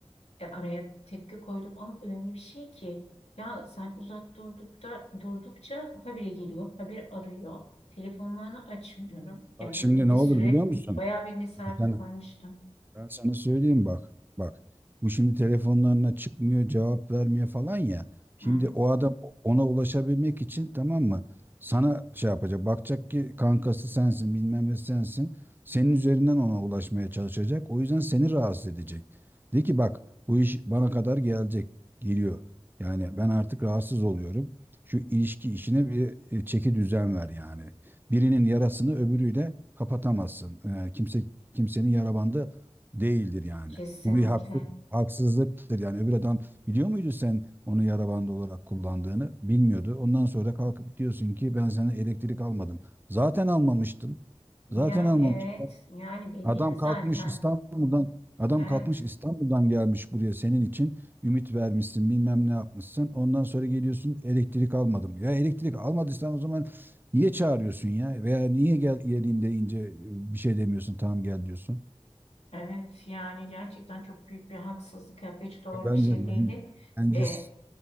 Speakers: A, on the left; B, on the right.
A: E, araya tepki koydum ama öyle bir şey ki ya sen uzak durdukta durdukça habire geliyor, habire arıyor. Telefonlarını açmıyorum. Yani
B: Bak şimdi
A: bir, bir
B: ne olur
A: süre
B: biliyor musun?
A: bayağı bir mesafe
B: Sen,
A: koymuştum.
B: Ben sana söyleyeyim bak. Bak. Bu şimdi telefonlarına çıkmıyor, cevap vermiyor falan ya. Şimdi
A: Hı hı,
B: o adam ona ulaşabilmek için tamam mı? Sana şey yapacak. Bakacak ki kankası sensin, bilmem ne sensin. Senin üzerinden ona ulaşmaya çalışacak. O yüzden seni rahatsız edecek. De ki bak bu iş bana kadar gelecek, geliyor. Yani ben artık rahatsız oluyorum. Şu ilişki işine bir e, çeki düzen ver yani. Birinin yarasını öbürüyle kapatamazsın. Yani kimse kimsenin yara bandı değildir yani.
A: kesinlikle.
B: Bu bir haksız, haksızlıktır yani. Öbür adam biliyor muydu sen onu yara bandı olarak kullandığını? Bilmiyordu. Ondan sonra kalkıp diyorsun ki ben sana elektrik almadım. Zaten almamıştın. Zaten
A: Yani
B: almamıştın.
A: evet, yani belli
B: Adam
A: zaten.
B: kalkmış İstanbul'dan Adam
A: Evet.
B: kalkmış İstanbul'dan gelmiş buraya senin için ümit vermişsin bilmem ne yapmışsın. Ondan sonra geliyorsun elektrik almadım. Ya elektrik almadıysan o zaman niye çağırıyorsun ya? Veya niye gel geleyim deyince bir şey demiyorsun tamam gel diyorsun.
A: Evet yani gerçekten çok büyük bir haksızlık yaptı. Hiç doğru
B: Ya Bence
A: bir şey
B: ben,
A: değildi.
B: bence
A: E,
B: s-